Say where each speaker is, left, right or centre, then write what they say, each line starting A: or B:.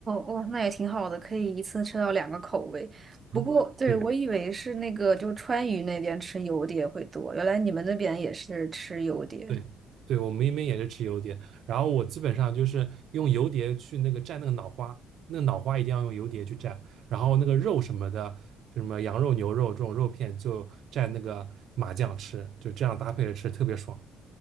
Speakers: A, on the right (about 25°); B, on the right (about 55°).
A: 哦，那也挺好的，可以一次吃到两个口味。不过，
B: <laughs>
A: 对，
B: 对
A: 我以为是那个，就川渝那边吃油碟会多，原来你们那边也是吃油碟。
B: 对，对，我们那边也是吃油碟，然后我基本上就是用油碟去那个蘸那个脑花，那个脑花一定要用油碟去蘸，然后那个肉什么的，就什么羊肉、牛肉这种肉片就蘸那个麻酱吃，就这样搭配着吃特别爽。